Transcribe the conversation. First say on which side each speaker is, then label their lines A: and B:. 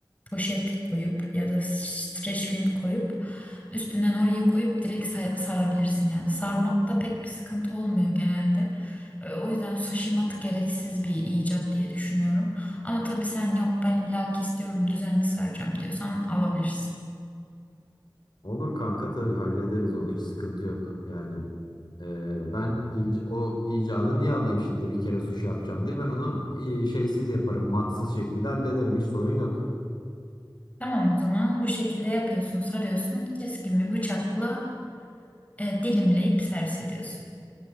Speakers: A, on the left (about 20°); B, on the left (about 65°).
A: poşet koyup ya da streç film koyup üstüne orayı koyup direkt sa- sarabilirsin yani. Sarmakta pek bir sıkıntı olmuyor genelde. E, O yüzden sushi matı gereksiz bir icat diye düşünüyorum. Ama tabii sen yok ben illaki istiyorum düzenli saracağım diyorsan alabilirsin.
B: Olur kanka tabii hallederiz onu. Hiç sıkıntı yok. Yani Ee, ben ic- o icadı niye alayım şimdi bir kere sushi yapacağım diye. Ben onu e, şeysiz yaparım, matsız şekilde hallederim. Hiç sorun yok.
A: Tamam o zaman bu şekilde yapıyorsun sarıyorsun keskin bir bıçakla e, dilimleyip servis ediyorsun.